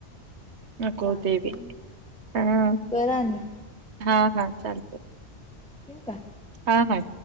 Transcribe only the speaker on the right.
ह कोोतवी
हम
हा हा चालते.
हा ह.